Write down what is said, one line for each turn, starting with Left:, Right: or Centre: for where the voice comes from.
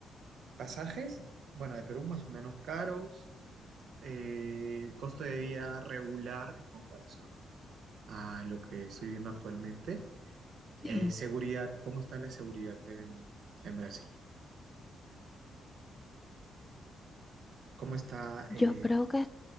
Right: Pasajes, bueno, de Perú más o menos caros, eh, costo de vida regular en comparación a lo que estoy viendo actualmente.
Left: Sí.
Right: Eh, seguridad, ¿cómo está la seguridad en, en Brasil? ¿Cómo está?
Left: Yo
Right: eh,
Left: creo que